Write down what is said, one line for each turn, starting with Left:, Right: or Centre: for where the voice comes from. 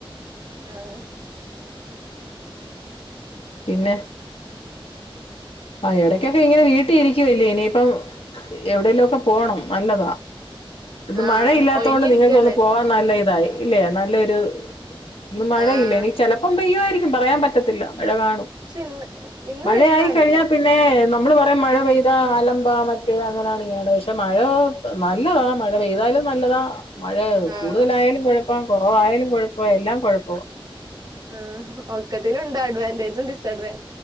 Right: ആഹ്
Left: പിന്നെ ആ എടക്കൊക്കെ ഇങ്ങനെ വീട്ടി ഇരിക്കുവല്ലേ ഇനിയിപ്പം എവിടേലൊക്ക പോണം നല്ലതാ ഇന്ന്
Right: ആഹ്
Left: മഴയില്ലാത്തോണ്ട്
Right: ഒഴിഞ്ഞിരിക്കല്ലേ
Left: നിങ്ങക്ക് ഒന്ന് പോവാ നല്ല ഇതായി ഇല്ലേ നല്ലൊരു ഇന്ന് മഴ
Right: ആഹ്
Left: ഇല്ല ഇനി ചെ ലപ്പം പെയ്യുവാരിക്കും പറയാൻ പറ്റത്തില്ല മഴ കാണും
Right: പക്ഷെ ഇന്ന് ഇന്ന്
Left: മഴയായി
Right: വൈലാണ്ലേ
Left: കഴിഞ്ഞാൽ പിന്നെ നമ്മള് പറയും മഴ പെയ്ത അലബാ മറ്റേ അങ്ങനാണ് ഇങ്ങനാണ് പക്ഷെ മഴ നല്ലതാ മഴ പെയ്താലും നല്ലതാ മഴ
Right: ആഹ്
Left: കൂടുതലായാലും കൊഴപ്പ കൊറവായാലും കൊഴപ്പ എല്ലാം കൊഴപ്പ
Right: ആഹ് ഒക്കത്തിനുണ്ട് അഡ്വാൻറ്റേജും ഡിസ്സ് അഡ്വാവാ